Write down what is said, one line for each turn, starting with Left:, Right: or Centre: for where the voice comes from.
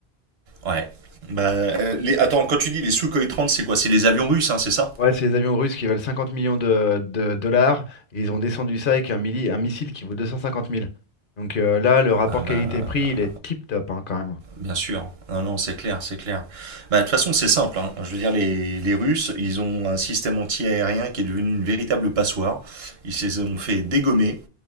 Right: ouais. Bah, euh, les, attends, quand tu dis les Sukhoi 30, c'est quoi? C'est les avions russes, hein, c'est ça?
Left: Ouais, c'est les avions russes qui valent 50 millions de, de dollars. Et ils ont descendu ça avec un, milli- un missile qui vaut 250 000. Donc euh, là, le rapport
Right: Ah
Left: qualité-prix,
Right: bah,
Left: il est tip-top hein, quand même.
Right: bien sûr. Non, non, c'est clair, c'est clair. Bah, de toute façon, c'est simple, hein. Je veux dire, les, les Russes, ils ont un système anti-aérien qui est devenu une véritable passoire. Ils se les ont fait dégommer.